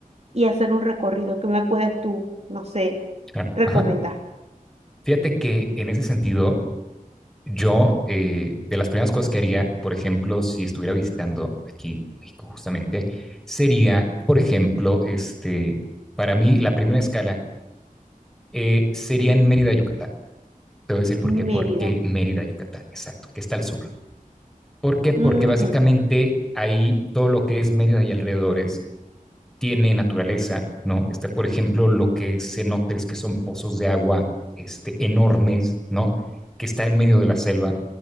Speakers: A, on the right (about 45°); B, in the centre.
A: y hacer un recorrido. ¿Qué me puedes tú, no sé,
B: claro,
A: recomendar?
B: ajá. Fíjate que en ese sentido, yo eh, de las primeras cosas que haría, por ejemplo, si estuviera visitando aquí México justamente, sería, por ejemplo, este, para mí la primera escala eh, sería en Mérida, Yucatán. Te voy a decir por
A: Mérida.
B: qué, porque Mérida, Yucatán, exacto, que está al sur. ¿Por qué? Porque
A: Ujú.
B: básicamente ahí todo lo que es Mérida y alrededores tiene naturaleza, ¿no? Está, por ejemplo, lo que se nota es que son pozos de agua este, enormes, ¿no? Que están en medio de la selva